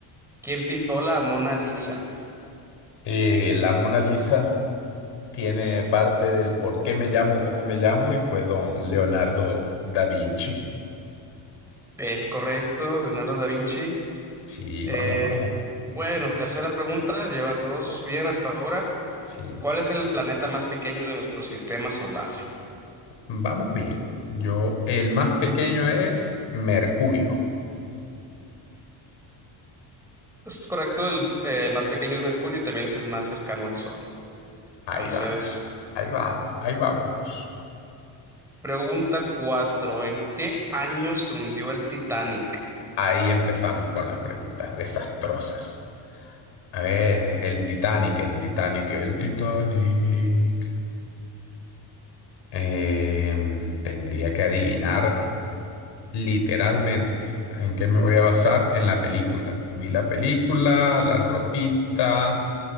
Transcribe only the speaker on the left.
Eh, la Mona Lisa. tiene parte del por qué me llamo, cómo me llamo, y fue don Leonardo da Vinci.
Sí,
vamos, vamos.
Sí,
vamos bien. Yo, el más pequeño es Mercurio.
Ahí
vamos, ahí vamos, ahí vamos.
Ahí empezamos con las preguntas desastrosas. A ver, el Titanic, el Titanic, el Titanic. Em, tendría que adivinar. Literalmente, ¿en qué me voy a basar? En la película. Vi la película, la ropita,